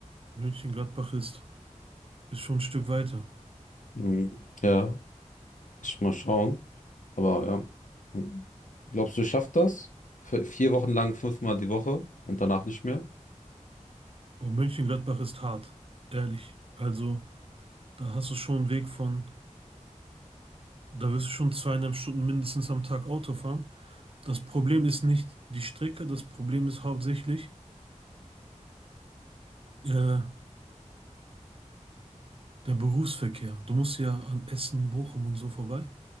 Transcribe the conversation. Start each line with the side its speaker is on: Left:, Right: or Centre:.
Right: Mönchengladbach ist, ist schon ein Stück weiter.
Left: Hm. Ja, lass mich mal schauen. Aber ja. Glaubst du, schafft das? Für vier Wochen lang fünfmal die Woche und danach nicht mehr?
Right: Aber Mönchengladbach ist hart, ehrlich. Also, da hast du schon einen Weg von, da wirst du schon zweieinhalb Stunden mindestens am Tag Auto fahren. Das Problem ist nicht die Strecke, das Problem ist hauptsächlich, äh, Der Berufsverkehr. Du musst ja an Essen, Bochum und so vorbei.